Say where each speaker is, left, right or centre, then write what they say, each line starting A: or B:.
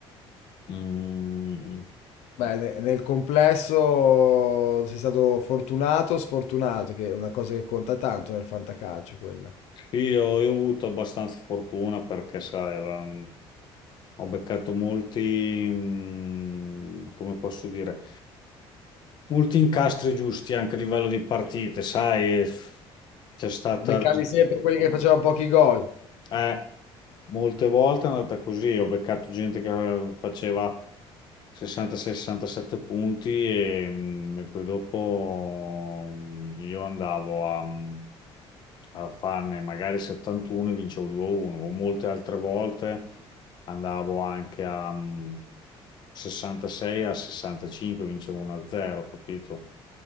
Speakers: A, on the left; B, on the left.
A: Mm,
B: Beh, ne- nel complesso sei stato fortunato o sfortunato, che è una cosa che conta tanto nel fantacalcio, quella.
A: sì, io, io ho avuto abbastanza fortuna perché, sai, la- ho beccato molti, mm, come posso dire, molti incastri giusti anche a livello di partite, sai, c'è stata
B: Beccavi sempre quelli che facevano pochi gol.
A: Eh, molte volte è andata così, ho beccato gente che eh, faceva 60-67 punti e, mm, e poi dopo mm, io andavo a, mm, a farne magari 71 e vincevo 2-1, o molte altre volte andavo anche a mm, 66 a 65 vincevo 1-0, capito?